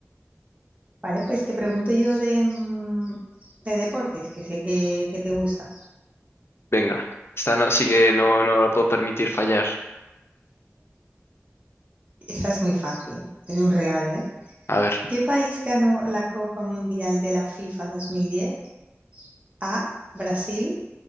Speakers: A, on the right; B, on the left.
A: Vale, pues te pregunto yo de, mm, de deportes, que sé que, que te gusta.
B: Venga. Esta no, sí que no, no me la puedo permitir fallar.
A: Esta es muy fácil, es un regalo, ¿eh?
B: A ver,
A: ¿Qué país ganó la Copa Mundial de la FIFA 2010? A, Brasil,